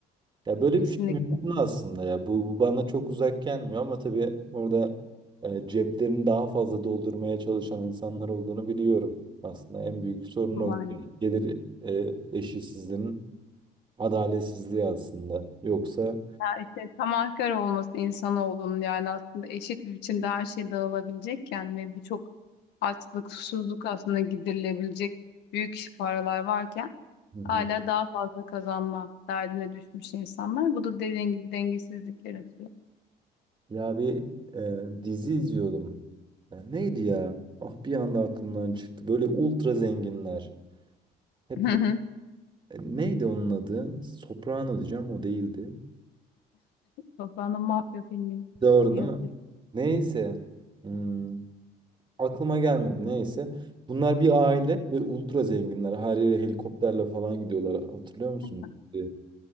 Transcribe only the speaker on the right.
Ya böyle
bir şey mümkün aslında ya. Bu, bu bana çok uzak gelmiyor ama tabii orada e, ceplerini daha fazla doldurmaya çalışan insanlar olduğunu biliyorum. Aslında en büyük sorun
o gelir e, eşitsizliğinin adaletsizliği aslında. Yoksa
Hı hı.
Ya bir e, dizi izliyordum. E, neydi ya? Ah bir anda aklımdan çıktı. Böyle ultra zenginler. Hep
e, neydi onun adı? Soprano diyeceğim o değildi.
Doğru
değil
mi? Neyse. Hmm, aklıma gelmedi neyse. Bunlar bir aile
ve ultra zenginler. Her yere helikopterle falan gidiyorlar. Hatırlıyor musun?
E,